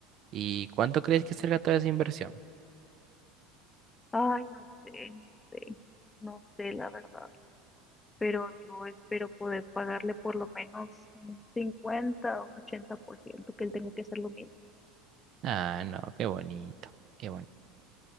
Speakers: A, on the right (about 50°); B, on the left (about 20°).
A: ¿Y cuánto crees que será toda esa inversión?
B: Ay, no sé, no sé, no sé la verdad, pero yo espero poder pagarle por lo menos un 50 o un 80% que él tenga que hacer lo mismo.
A: Ah, no, qué bonito, qué bonito.